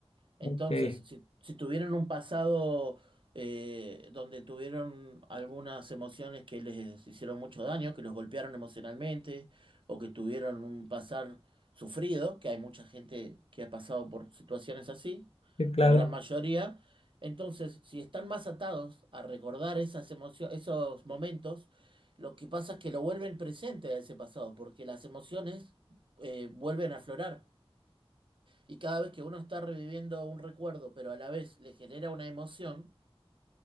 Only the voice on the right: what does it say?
Entonces,
si, si tuvieron un pasado eh, donde tuvieron algunas emociones que les hicieron mucho daño, que los golpearon emocionalmente, o que tuvieron un pasar sufrido, que hay mucha gente que ha pasado por situaciones así,
la gran mayoría, entonces, si están más atados a recordar esas emociones, esos momentos, lo que pasa es que lo vuelven presente a ese pasado, porque las emociones eh, vuelven a aflorar. Y cada vez que uno está reviviendo un recuerdo, pero a la vez le genera una emoción,